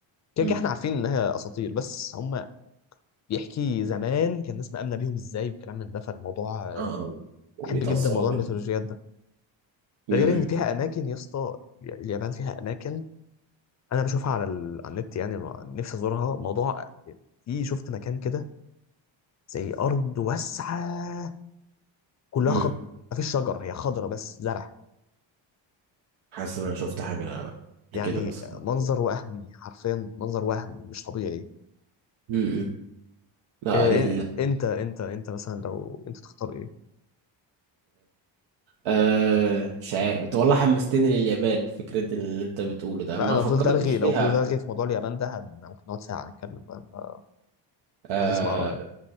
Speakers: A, on the left; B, on the right.
A: كده
B: مم.
A: كده احنا عارفين انها اساطير بس هم بيحكي زمان كان الناس مآمنه بيهم ازاي وكلام من ده فالموضوع آه،
B: اه وبيتأثروا
A: بحب جدا موضوع
B: بيهم
A: الميثولوجيات ده
B: مم.
A: ده غير ان فيها اماكن يا اسطى اليابان فيها اماكن انا بشوفها على ال... على النت يعني نفسي ازورها موضوع في شفت مكان كده زي ارض واسعه كلها
B: مم.
A: خضرا مفيش شجر هي خضرا بس زرع
B: حاسس ان انا شفت حاجه
A: يعني
B: لكده مثلا
A: منظر وهمي حرفيا منظر وهم مش طبيعي
B: مم. لا
A: إيه
B: اليابان
A: انت انت انت مثلا لو انت تختار ايه
B: آه مش عارف انت والله حمستني لليابان فكرة اللي انت بتقوله ده
A: لا
B: ما
A: انا
B: فكرتش
A: فضلت ارغي
B: فيها
A: لو فضلت ارغي في موضوع اليابان ده هن... ممكن نقعد ساعه نتكلم بقى أنا
B: آه
A: عايز اسمع رايك